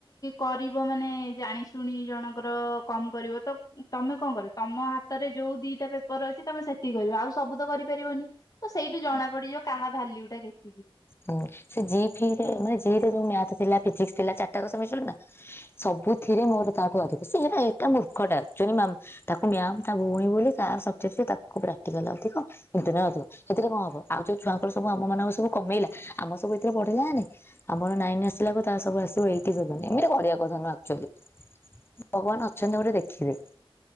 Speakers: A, on the left; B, on the left.
A: କରିବ ମାନେ ଜା ଜାଣି ଶୁଣି ଜଣଙ୍କର କମ୍ କରିବ ତ ତମେ କଣ କରିବ ତମ ହାତରେ ଯୋଉ ଦିଟା ପେପର ଅଛି ତମେ ସେତିକି କରିବ ଆଉ ସବୁ ତ କରିପାରିବନି ତ ସେଇଟୁ ଜଣା ପଡିଯିବ କାହା ଭାଲ୍ୟୁ ଟା କେତିକି।
B: ହୁଁ ସେ ଜି ଫି ରେ ମାନେ ଜି ରେ ଯଉ ମ୍ୟାଥ ଥିଲା ଫିଜିକ୍ସ ଥିଲା ଚାରିଟା <unintelligible> ସବୁ ଥିରେ ମୋର ତାଠୁ ଅଧିକ ସିଏ ହେରା ଏଟା ମୂର୍ଖଟା ଅକ୍ଚୁଲୀ ମାମ୍ ତାକୁ ମ୍ୟାମ୍ ତା ଭଉଣୀ ବୋଲି ତାର ସବଜେଟ୍ ରେ ତାକୁ ପ୍ରାକ୍ଟିକାଲ ଅଧିକ ଇଣ୍ଟରନାଲ ଅଧିକ ସେଥିରେ କଣ ହବ ଆଉ ଯଉଛୁଆଙ୍କର ସବୁ ଆମ ମାନଙ୍କର ସବୁ କମେଇଲା। ଆମ ସବୁ ଏଥିରେ ବଢ଼ିଲା ନା ନାଇଁ ଆମର ନାଇନ ଆସିଲାକୁ ତା ସବୁ ଆସିବ ଏଇଟି ସବୁ ଏମିତି କରିବା କଥା ନୁଅ ଆକ୍ <unintelligible> ଭଗବାନ ଅଛନ୍ତି ଗୋଟେ ଦେଖିବେ।